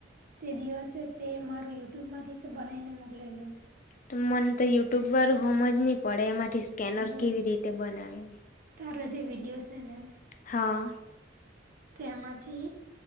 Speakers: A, on the right; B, on the left.
A: તે દિવસે તે મારું યુટ્યુબ માંથી બનાવીને મોકલેલું.
B: તો મને તો યુટ્યુબ વાળું હોમ જ નહી પડે એમાંથી સ્કેનર
A: જો
B: કેવી રીતે બનાવે,
A: તારો જે વિડીયો છે ને
B: હા.
A: તેમાંથી,